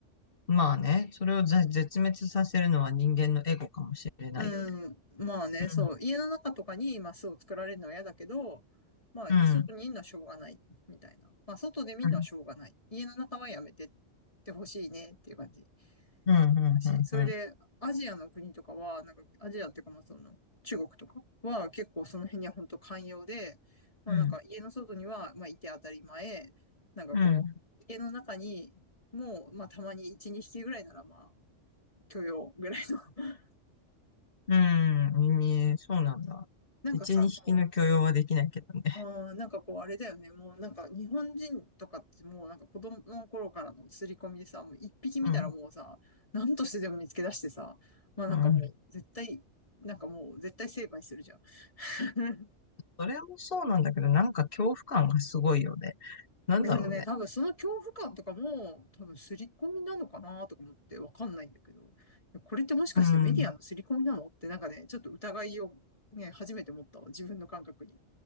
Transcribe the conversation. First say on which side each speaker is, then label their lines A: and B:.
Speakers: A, on the left; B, on the left.
A: まあね、それをぜ絶滅させるのは人間のエゴかもしれないよね。
B: うん。うん、まあね、
A: うん。
B: そう、家の中とかに、まあ、巣を作られるのは嫌だけど、まあ、い外にいるのはしょうがない、
A: うん。
B: みたいな。まあ、外で見るのはしょうがない。
A: うん。
B: 家の中はやめてってほしいねっていう感じ
A: うん。うん。
B: だしそれで、
A: うん。うん。
B: アジアの国とかは、なんか、アジアっていうか、まあ、その、中国とかは結構その辺には本当寛容で、まあ、
A: うん。
B: なんか、家の外には、まあ、いて当たり前、なんかこう、
A: うん
B: 家の中にも、まあ、たまに1、2匹ぐらいなら、まあ、許容ぐらいの。<laughs>
A: うん、ええそうなんだ。
B: なんかさ、
A: 一、二匹の許容はできないけどね。
B: こう、ああ、なんかこう、あれだよね。もうなんか日本人とかってもうなんか子供の頃からの刷り込みでさ、もう一匹見たらもうさ、
A: うん、
B: 何としてでも見つけ出してさ、まあなんかもう絶対、
A: うん。
B: なんかもう絶対成敗するじゃん。<laughs>
A: それもそうなんだけど、なんか恐怖感がすごいよね。なんだろうね。
B: でもね、多分その恐怖感とかも多分刷り込みなのかなとか思ってわかんないんだけど、いやこれってもしかしてメディアの刷り込みなのってなんかね、
A: うん、
B: ちょっと疑いをね、初めて持ったわ。自分の感覚に。